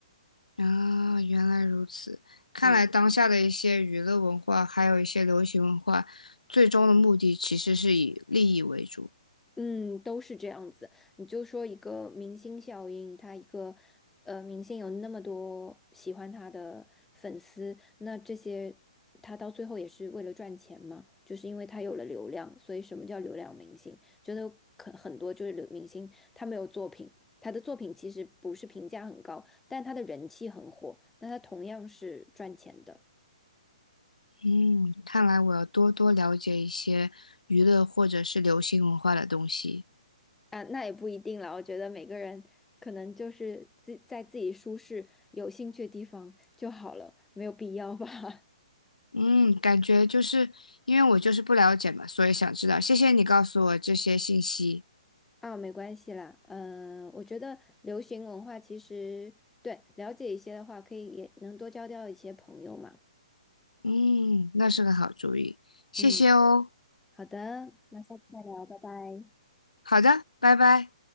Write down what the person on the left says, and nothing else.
啊，原来如此。看来当下的一些娱乐文化，
还有一些流行文化，最终的目的其实是以利益为主。
嗯，看来我要多多了解一些娱乐或者是流行文化的东西。
嗯，感觉就是因为我就是不了解嘛，所以想知道。谢谢你告诉我这些信息。
嗯，那是个好主意，谢谢哦。
好的，拜拜。